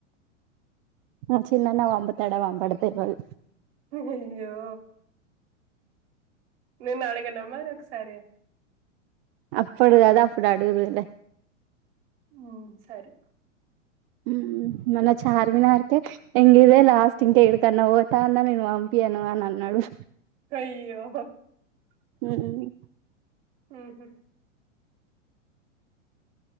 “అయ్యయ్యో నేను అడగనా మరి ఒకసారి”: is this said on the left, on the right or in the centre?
Right